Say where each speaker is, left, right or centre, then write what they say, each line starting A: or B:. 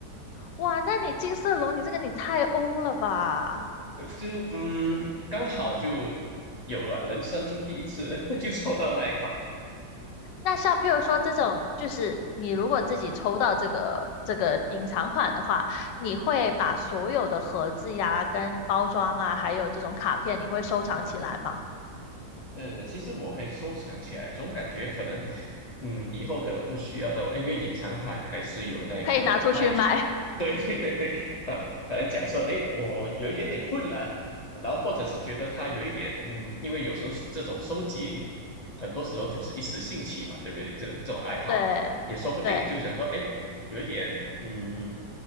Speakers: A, on the left; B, on the left.
A: 哇，那你金色龙你这个你太欧了吧？
B: 对就嗯刚好就有了人生第一次 <laughs> 就抽到那一款。
A: 那像譬如说这种，就是你如果自己抽到这个这个隐藏款的话，你会把所有的盒子呀、跟包装啊，还有这种卡片，你会收藏起来吗？
B: 呃，其实我会收藏起来，总感觉可能，嗯，以后可能不需要的，因为隐藏款还是有那个卖主。
A: 可以拿出去卖。
B: <laughs> 对对对对，啊，可能假设，哎，我有一点点困难，然后或者是觉得它有一点，嗯，因为有时候这种收集，很多时候就是一时兴起嘛，对不对？这种这种爱好，
A: <laughs> 对，
B: 也说不定就想说，
A: 对，
B: 哎，有一点，嗯，